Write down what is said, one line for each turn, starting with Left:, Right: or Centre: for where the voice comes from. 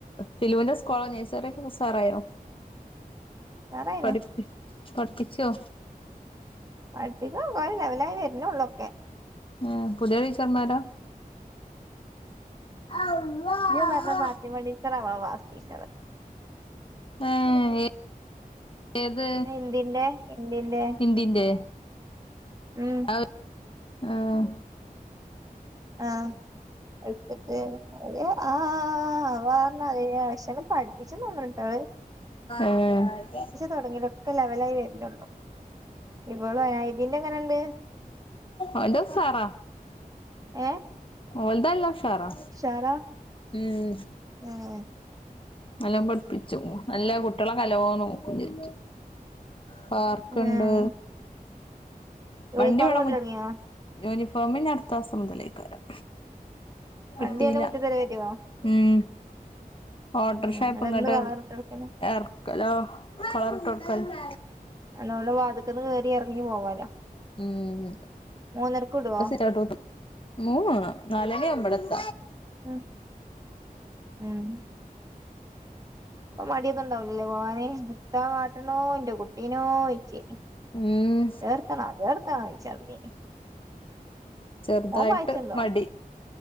Left: ഫിലുന്റെ സ്കോളൊ നഴ്സറിക്കെപ്പ ഉസാറായൊ?
Right: ഉഷാറായിണ്
Left: പഠിപ്പി പഠിപ്പിച്ചോ?
Right: പഠിപ്പിക്കാ കൊറേ ലെവലായി വര്നൊള്ളൊക്കെ
Left: ഏഹ് പുത്യേ ടീച്ചർമാരാ അള്ളാഹ്
Right: ഇജ്ജ് പറ്ഞ്ഞ ഫാത്തിമ ടീച്ചറാ ഇവളെ ക്ലാസ്സ്‌ടീച്ചറ്.
Left: ഏഹ് ഏ ഏത്?
Right: ഹിന്ദിന്റെ ഹിന്ദിന്റെ
Left: ഹിന്ദിന്റെ
Right: ഉം
Left: അത് ആഹ്
Right: ആഹ് വെള്ത്ത്ട്ട് ഓല് ആആആ വെറെള്ളധിക അക്ഷരം പിപ്പിച്ച് തന്ന്ണ് ട്ടോ അവര്
Left: ഏഹ്
Right: തൊടങ്ങിട്ടൊക്കെ ലെവലായി വര്നൊള്ളൂ ഇവള് ഹയ്തീന്റെ എങ്ങനെണ്ട്?
Left: ഓല്ത് ഉസാറ
Right: ഏഹ്
Left: ഒല്ത് നല്ല ഉഷാറാ
Right: ഉഷാറാ
Left: ഉം
Right: ഏഹ്
Left: നല്ലോം പഠ്പ്പ്ച്ചു നല്ല കുട്ട്യേളെക്കെ നല്ലോം നോക്കും ചെജ്ജും പാർക്ക്ണ്ട്
Right: ഏഹ് യൂണിഫോം
Left: വണ്ടി ഇവടെ
Right: കൊണ്ടരല്
Left: മു
Right: തൊടങ്ങിയോ
Left: യൂണിഫോമ്ഞ്ഞ് അട്ത്താസം മുതലേക്കാരം.
Right: വണ്ടി
Left: കിട്ടിയില
Right: അന്റെ മുറ്റത്ത് വരെ വരോ
Left: ഉം ഓട്ടോർഷപ്പ്ങ്ങട്ട്
Right: ഏഹ് അല്ല ഇന്ന് കളറിട്ട് കൊടുക്കലാ
Left: എർക്കലാ വേറട്ടൊട്ക്കാന്
Right: അതോണ്ട് വാതിക്കന്ന് കേറി എർങ്ങി പോവാലോ.
Left: ഹ്മ്മ്
Right: മൂന്നരക്ക് വിടുവോ
Left: സിറ്ഔട്ട് <unintelligible> മൂ നാലണി അമ്പടത്ത
Right: ഉം ഉം ഇപ്പ മടിയൊന്നുംണ്ടാവലല്ലേ ഭവാന് മുത്താവ കാാട്ടിനോ എന്റെ കുട്ടീനോ ചഴച്ചീ
Left: ഉം
Right: കേേർത്തണ കേേർത്ത ചയ് ഡ്നീനി
Left: ചെറുതായിട്ട്
Right: വായിച്ചിണ്ടോ
Left: മടി